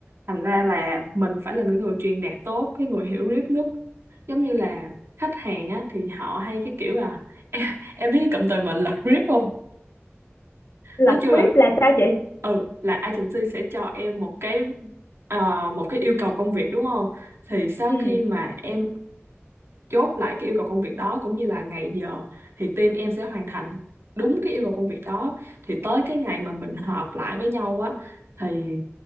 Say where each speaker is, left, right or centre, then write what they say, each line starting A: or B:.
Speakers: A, on the right; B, on the left.
A: Thành ra là mình phải là người người truyền đạt tốt, cái người hiểu biết nhất. Giống như là khách hàng á thì họ hay cái kiểu là <laughs> em, em biết cái cụm từ mà lật rip không?
B: lập
A: nói chung
B: web
A: là
B: là sao chị
A: ừ là agency sẽ cho em một cái ờ, một cái yêu cầu công việc đúng không thì sau
B: ừ
A: khi mà em chốt lại cái yêu cầu công việc đó cũng như là ngày giờ thì team em sẽ hoàn thành đúng cái yêu cầu công việc đó thì tới cái ngày mà mình họp lại với nhau á thì